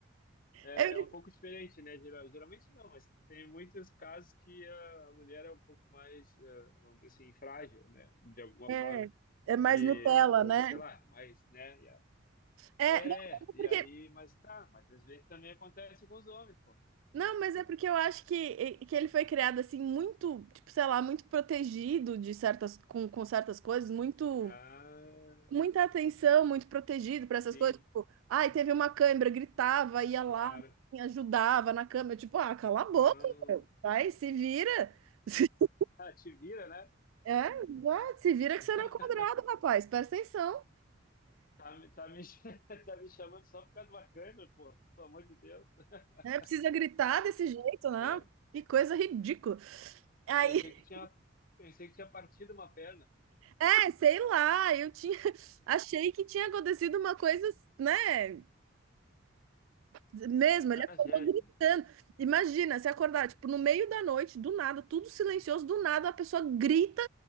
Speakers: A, on the left (about 45°); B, on the right (about 80°).
A: É,
B: é?" Ele,
A: é um pouco diferente, né? Geral- Geralmente não, mas tem muitos casos que a mulher é um pouco mais, eh, vamos dizer assim, frágil, né? De alguma
B: é,
A: forma.
B: é mais
A: E,
B: Nutella,
A: ou
B: né?
A: sei lá, mas, né? e a-
B: É,
A: é,
B: não, mas é porque,
A: e aí, mas tá, mas às vezes também acontece com os homens, pô.
B: não, mas é porque eu acho que, que ele foi criado assim, muito, tipo, sei lá, muito protegido de certas, com, com certas coisas, muito,
A: Ah,
B: muita atenção, muito protegido pra essas
A: sim,
B: coisas. Tipo, ai, teve uma câimbra, gritava, ia
A: claro.
B: lá, assim, ajudava na câmera. Tipo, ah, cala a
A: Ah,
B: boca, meu. Vai, se vira. <laughs>
A: <laughs> te vira, né?
B: É, exato. se vira que
A: <laughs>
B: você não é quadrado, rapaz. Presta atenção.
A: Tá, me- tá, me, <laughs> tá me chamando só por causa do bacana, pô, pelo amor de Deus, <laughs>
B: Né? Precisa gritar desse jeito, né?
A: né?
B: Que coisa ridícula. Aí,
A: Pensei que tinha, pensei que tinha partido uma perna.
B: <laughs> é, sei lá, eu tinha, <laughs> achei que tinha acontecido uma coisa, né? Mesmo,
A: A tragédia.
B: ele acordou gritando. Imagina, se acordar, tipo, no meio da noite, do nada, tudo silencioso, do nada, a pessoa grita,